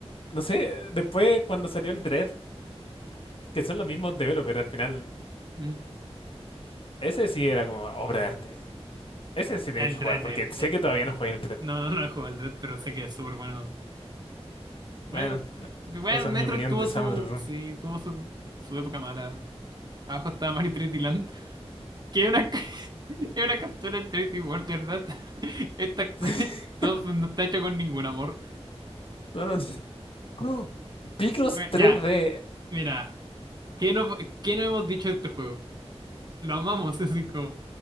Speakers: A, on the left; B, on the right.
A: no sé, después cuando salió el Dread, que son los mismos developers al final,
B: Mm.
A: ese sí era como obra de arte. Ese sí tenéis
B: El
A: que jugar
B: Dread
A: porque
B: es-
A: sé
B: eh,
A: que todavía
B: eh,
A: no jugué el Dread.
B: No, no, no he jugado el Dread, pero sé que es súper bueno.
A: Bueno,
B: Bueno, bueno,
A: esa
B: Metroid
A: es mi opinión
B: tuvo
A: de Sound
B: su.
A: Run.
B: Sí, tuvo su, su época mala. Abajo está Mario 3D Land. Que es una, <laughs> es una captura del 3D World, de ¿verdad? <laughs> Esta,
A: <laughs>
B: esto no está hecho con ningún amor.
A: No, no, no. Picross
B: Bueno,
A: 3D
B: ya, mira. ¿Qué no, qué no hemos dicho de este juego? Lo amamos, <laughs> así como.